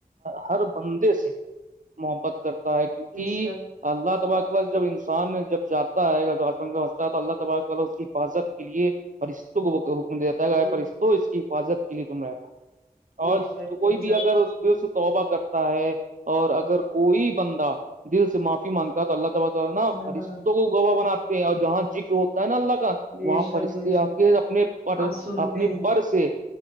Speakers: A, on the right (about 55°); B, on the right (about 85°).
A: ہر بندے سے محبت کرتا ہے کیونکہ
B: بے شک
A: اللہ تباراکلہ جب انسان جب جاتا ہے جب آچنمجتا ہے تو اللہ تباراک اس کی حفاظت کے لیے پرش کو حکم دیتا ہے گا
B: بے
A: پر
B: شک
A: تو اس کی حفاظت کے لیے تم رہے گا
B: بے
A: اور
B: شک
A: کوئی
B: بے
A: بھی
B: شک
A: اگر دل سے توبہ کرتا ہے اور اگر کوئی بندہ دل سے معافی مانگتا تو اللہ تعالیا
B: اللہ
A: فرشتوں
B: تعالی
A: کو گواہ بناتے ہیں اور جہاں ذکر ہوتا ہے نا اللہ کا
B: بے
A: وہاں
B: شک
A: فرشتے
B: بے شک
A: آ کے اپنے پر
B: آج سنتے
A: اپنے
B: ہیں
A: پر سے